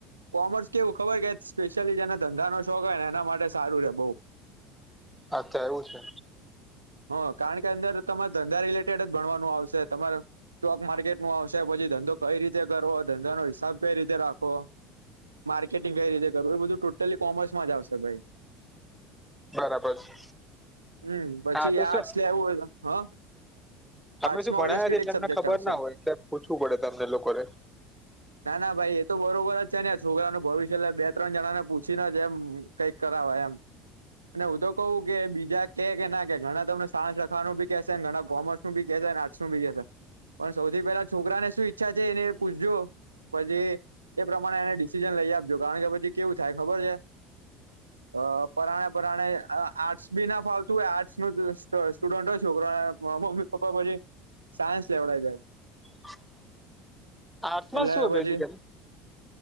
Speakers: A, on the right (about 85°); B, in the centre.
A: કોમર્સ કેવું ખબર છે સ્પે યલી જેને ધંધાનો શોખ હોય ને એના માટે સારું રેય બવ.
B: અચ્છા એવું છે.
A: હ કારણ કે અંદર તમારે ધંધા રિલેટેડ જ ભણવાનું આવશે તમારે સ્ટોક માર્કેટનું આવશે પછી ધંધો કઈ રીતે કરવો, ધંધાનો હિસાબ કઈ રીતે રાખવો. માર્કેટિંગ કઈ રીતે કરવું એ બધું ટોટલી કોમર્સમાં જ આવશે ભાઈ.
B: બરાબર છે
A: હમ્મ પછી
B: હા તો
A: આર્ટસ
B: શું
A: લેવું હોય તો હ. આર્ટસમાં
B: અમે શું ભણયા
A: બધા સ્ટેટિક
B: નથી એટલે એમને
A: સબ્જેક્ટ
B: ખબર
A: આવશે
B: ના હોય એટલે પૂછવું પડે તમને લોકોને.
A: ના ના ભાઈ એ તો બરોબર જ છે ને છોકરાનું ભવિષ્ય બે. ત્રણ જણાને પૂછીને એમ કંઈક કરાવાય એમ. અને હું તો કહું કે બીજા કે ના કે ઘણા તમને સાયન્સ રખવાનું બી કેશે ઘણા કોમર્સ. બી કેશે ને આર્ટસનું બી કેશે પણ સૌથી પેલા છોકરાને શું ઈચ્છા છે એને એ પૂછ જો. પછી એ પ્રમાણે એને ડિસિસન લઈ આપજો કારણ કે પછી કેવું થાય ખબર છે.
B: <inaudible>
A: અ પરાયે, પરાણે આર્ટસ બી ના ફાવતું હોય આર્ટસનું જ સ્ટુડન્ટ હોય છોકરાને મમ્મી. પપ્પા પછી સાયન્સ લેવડાવી દેય.
B: <inaudible>
A: એટલે
B: શું હોય
A: પછી
B: બેઝિકલી